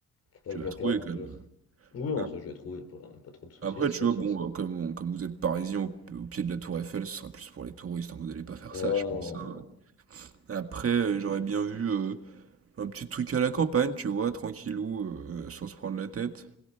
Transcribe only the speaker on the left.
faut pas
que je
la
perde, donc
déjà.
Oui, non,
ça je vais trouver, pas, pas trop de soucis
à se
faire
sur
ça.
Ouais,
non.